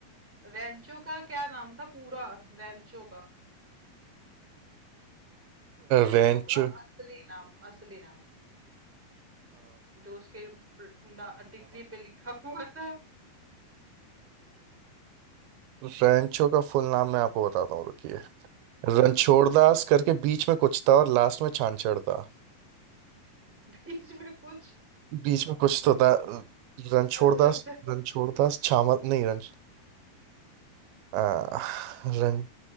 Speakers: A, in the centre; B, on the right.
A: रैंचो का क्या नाम था पूरा रैंचो का रैंचो
B: रेंचो
A: का असली नाम असली नाम जो उसके डिग्री पे लिखा हुआ था
B: रेंचो का फुल नाम मैं आपको बताता हूँ रुकिए
A: हाँ
B: रणछोड़दास
A: हाँ
B: करके बीच में कुछ था और लास्ट में छानछड़ था
A: <laughs> बीच में कुछ
B: बीच में कुछ तो था रणछोड़
A: अच्छा
B: दास
A: अच्छा
B: रणछोड़ दास छामल नहीं रन आ, रन